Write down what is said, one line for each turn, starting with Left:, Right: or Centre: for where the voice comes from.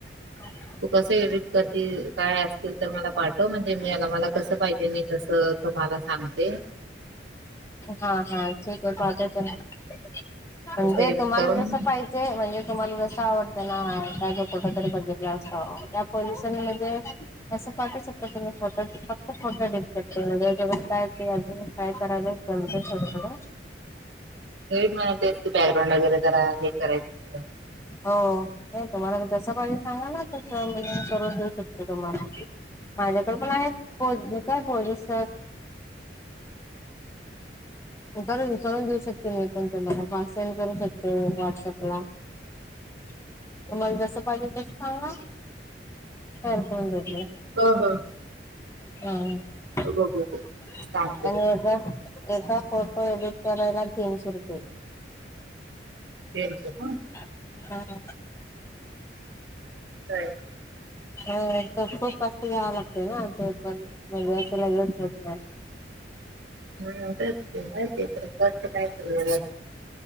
Left: ह <unintelligible>
Right: तू कसं एडिट करती, काय असतील, तर मला पाठव, म्हणजे मी याला मला कसं पाहिजे, मी तसं तुम्हाला सांगते
Left: हां हां ठीक ये, पाठवते म म्हणजे
Right: तसं एडिट
Left: तुम्हाला
Right: करून
Left: जसं पाहि जे, म्हणजे तुम्हाला जस आवडतं ना, <unintelligible> कुठ तरी बघितला असत, त्या पोल्युशन मध्ये असं पाटू सकतो, तुम्ही फोटो, फक्त फोटो एडिट <unintelligible> जगात काय ते आजून काय-करायला, जमत थोडं-थोडं
Right: हे माहती असते की, बॅकग्राऊंड वगैरे, जरा हे करायचं
Left: हो, नही का, तुम्हाला जस पाहिजे, सांगा ना, तस मी ही करून देऊ शकते, तुम्हाला. माझ्याकड पण आहेत, पोज काय पोजेस कर- करून देऊ शकते, मी पण तुम्हाला फास्ट सेंड करू शकते, व्हॉट्सअप ला तुम्हाला जस पाहिजे, तस सांगा, तयार करून देते <unintelligible>
Right: हो हो.
Left: हं आणि
Right: बघू बघू सांगते
Left: एका, एका फोटो एडिट करायला, तिनशे रूपये
Right: तीनशे का?
Left: हां.
Right: <unintelligible>
Left: अ, तर खूप कष्ट घ्यावं लागते ना, ते पण घच <unintelligible> होत नाही.
Right: ह्म, तेच की, <unintelligible> <unintelligible>